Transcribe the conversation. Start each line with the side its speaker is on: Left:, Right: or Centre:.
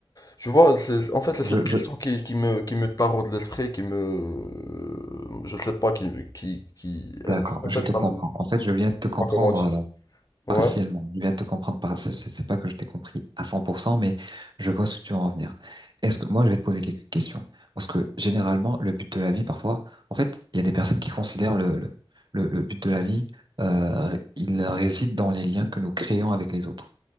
Left: tu vois, c'est, en fait, c'est cette
Right: Je,
Left: question
Right: je,
Left: qui, qui me, qui me taraude l'esprit, qui me, je sais pas, qui, qui, qui,
Right: d'accord,
Left: elle- en
Right: je
Left: fait,
Right: te
Left: ça
Right: comprends.
Left: me, je
Right: En fait, je viens de te
Left: sais
Right: comprendre.
Left: pas comment dire.
Right: euh,
Left: Ouais,
Right: partiellement. Il vient de te comprendre par, c'est c'est pas que je t'ai compris à 100%, mais je vois ce que tu veux en venir. Est-ce que, moi, je vais te poser quelques questions. Parce que, généralement, le but de la vie, parfois, en fait, il y a des personnes qui considèrent le, le, le, le but de la vie, euh, ré- il réside dans les liens que nous créons avec les autres.